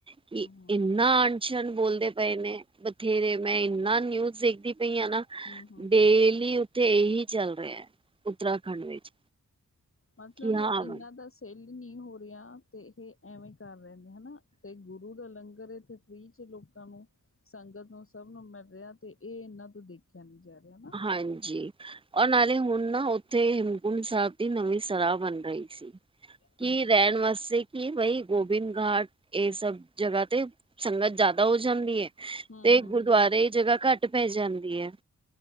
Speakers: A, on the right; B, on the left.
A: ਕਿ
B: ਹਮ
A: ਇੰਨਾ ਅਣਛਣ ਬੋਲਦੇ ਪਏ ਨੇ ਬਥੇਰੇ ਮੈਂ ਇੰਨਾ ਸਿੱਖਦੀ ਪਈ ਆ ਨਾ
B: ਹਮ ਹਮ
A: ਡੇਲੀ ਉੱਥੇ ਇਹੀ ਚੱਲ ਰਿਹਾ। ਉਤਰਾਖੰਡ ਵਿੱਚ
B: ਮਤਲਬ
A: ਕਿ ਹਾਂ
B: ਇਹਨਾ ਦਾ ਸੇਲ ਨਹੀਂ ਹੋ ਰਿਹਾ ਤੇ ਇਹ ਐਵੇਂ ਕਰ ਰਹੇ ਹਨਾ। ਤੇ ਗੁਰੂ ਦਾ ਲੰਗਰ ਇੱਥੇ ਫੀ ਚ ਲੋਕ ਲੋਕਾਂ ਨੂੰ ਸੰਗਤ ਨੂੰ ਸਭ ਨੂੰ ਮਿਲ ਰਿਹਾ ਤੇ ਇਹ ਇਹਨਾਂ ਤੋਂ ਦੇਖਿਆ ਨੀ ਜਾ ਰਿਹਾ ਨਾ
A: ਹਾਂਜੀ। ਉਹ ਨਾਲੇ ਹੁਣ ਨਾ ਤੇ ਹਿਮਕੁੰਟ ਸਾਹਿਬ ਦੀ ਨਵੀਂ ਸਲਾਹ ਬਣ ਰਹੀ ਸੀ। ਕੀ
B: ਹਾਂਜੀ
A: ਰਹਿਣ ਵਾਸਤੇ ਕੀ ਬਈ ਗੋਬਿੰਦ ਘਾਟ। ਇਹ ਸਭ ਜਗ੍ਹਾ ਤੇ ਸੰਗਤ ਜ਼ਿਆਦਾ ਹੋ ਜਾਂਦੀ ਹੈ।
B: ਹਮ
A: ਤੇ
B: ਹਮ ਹਮ
A: ਗੁਰਦੁਆਰੇ ਜਗ੍ਹਾ ਘੱਟ ਠੰਡ ਪੈ ਜਾਂਦੀ ਹੈ।